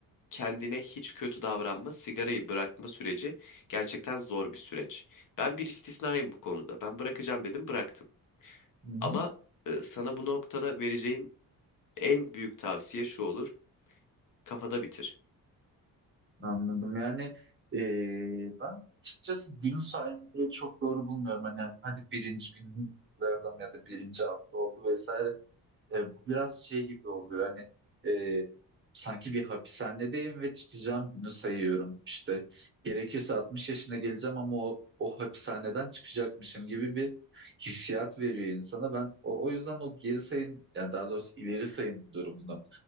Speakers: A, on the left; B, on the right.
A: kendine hiç kötü davranma, sigarayı bırakma süreci gerçekten zor bir süreç. Ben bir istisnayım bu konuda. Ben bırakacağım dedim, bıraktım.
B: Hı hı.
A: Ama e, sana bu noktada vereceğim en büyük tavsiye şu olur. Kafada bitir.
B: Anladım. Yani eee, ben açıkçası gün saymayı çok doğru bulmuyorum. Hani hadi birinci gün kutlayalım ya da birinci hafta oldu vesaire. Eee, bu biraz şey gibi oluyor. Hani eee, sanki bir hapishanedeyim ve çıkacağım günü sayıyorum. İşte gerekirse 60 yaşına geleceğim ama o, o hapishaneden çıkacakmışım gibi bir hissiyat veriyor insana. Ben o, o yüzden o geri sayım, yani daha doğrusu ileri sayım durumunu